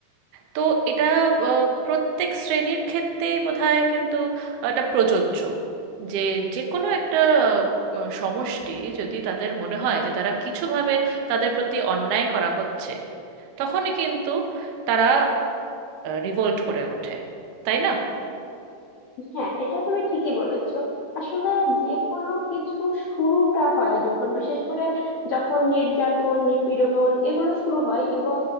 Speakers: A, on the right; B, on the left.
A: তো এটা আহ, প্রত্যেক শ্রেণীর ক্ষেত্রেই বোধহয় কিন্তু এটা প্রযোজ্য যে যে কোনো একটা আহ, সমষ্টি যদি তাদের মনে হয় যে তারা কিছুভাবে তাদের প্রতি অন্যায় করা হচ্ছে তখনই কিন্তু তারা রিভোল্ট করে ওঠে তাই না
B: হ্যাঁ এটা তুমি ঠিকই বলেছো আসলে যে কোনো কিছু শুরুটা হয় যখন বিশেষ করে যখন নির্যাতন নিপীড়ন এগুলো শুরু হয় এবং